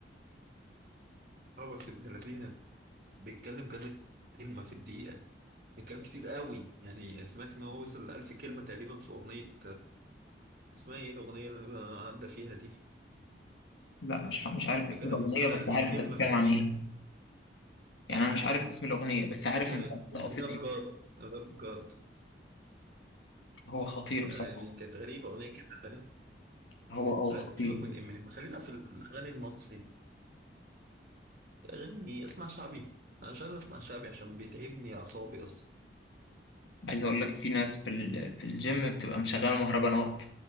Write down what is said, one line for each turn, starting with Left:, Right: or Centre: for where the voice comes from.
Right: اه بس ابن لذينه بيتكلم كذا كلمه في الدقيقه بيتكلم كتير قوي يعني سمعت ان هو وصل ل 1000 كلمه تقريبا في اغنيه اسمها ايه الأغنية اللي عدى فيها دي؟
Left: لا مش ح- مش عارف
Right: بيتكلم
Left: اسم الاغنيه
Right: ألف
Left: بس عارف انت
Right: كلمة
Left: بتتكلم
Right: في الدقيقة
Left: عن ايه يعني انا مش عارف اسم الاغنيه بس عارف
Right: آه،
Left: انت
Right: اسمها
Left: أنت قصدي
Right: راب
Left: إيه.
Right: جاد راب جاد
Left: هو خطير بصراحة
Right: آه، يعني كانت غريبة أغنية كده
Left: هو اه
Right: لا
Left: خطير
Right: سيبك من إمينيم خلينا في الأغاني المصري أغاني أسمع شعبي أنا مش عايز أسمع شعبي عشان بيتعبني أعصابي أصلا
Left: عايز اقول لك في ناس في ال- في الجيم بتبقى مشغلة مهرجانات